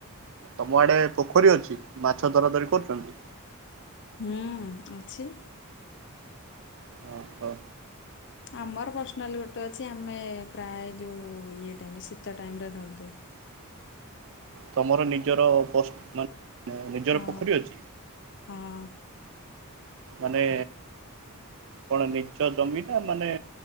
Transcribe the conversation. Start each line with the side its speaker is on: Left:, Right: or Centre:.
Right: ତମ ଆଡେ ପୋଖରୀ ଅଛି ମାଛ ଧରା ଧରି କରୁଛନ୍ତି।
Left: ହୁଁ ଅଛି।
Right: ଓ ହୋ।
Left: ଆମର ପ୍ରଶ୍ନାଲି ଗୋଟେ ଅଛି ଆମେ ପ୍ରାୟ ଯୋଉ ଇଏ ଟାଇମରେ ଶୀତ ଟାଇମରେ ଧରୀ ଦଉ
Right: ତମର ନିଜର ପ୍ର ମାନେ ନିଜର
Left: ହଁ
Right: ପୋଖରୀ ଅଛି?
Left: ହଁ।
Right: ମାନେ କଣ ନିଜ ଜମିନା ମାନେ